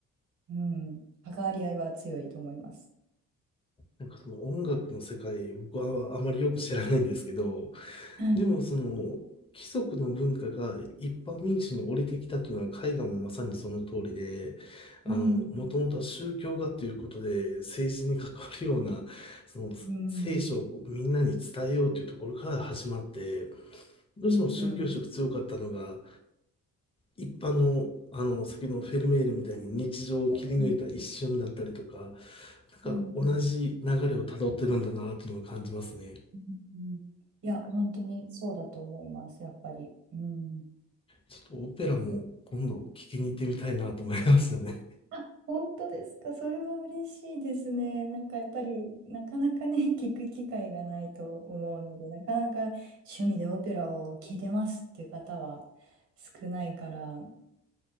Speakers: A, on the right; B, on the left.
A: うん、関わり合いは強いと思います。
B: なんかその音楽の世界、僕はあまりよく知らないんですけど、
A: はい。
B: でもその貴族の文化が一般民主に降りてきたというのは絵画もまさにその通りで、あの、
A: うん。
B: もともとは宗教画ということで政治に関わるような、その聖書をみんなに伝えようというところから始まって、
A: うん。
B: どうしても宗教色強かったのが、
A: うん。うん。
B: い一般の、あの、先ほどのフェルメールみたいに日常を切り抜いた一瞬だったりとか、
A: うん。うん。うん。
B: なんか同じ流れをたどってるんだなっていうのを感じますね。
A: うんいや、本当にそうだと思います、やっぱり。うん。
B: ちょっとオペラも今度聞きに行ってみたいなと思いましたね。
A: あ、本当ですか。それは嬉しいですね。なんかやっぱり、なかなかね、<laughs> 聞く機会がないと思うので、なかなか趣味でオペラを聴いてますっていう方は少ないから、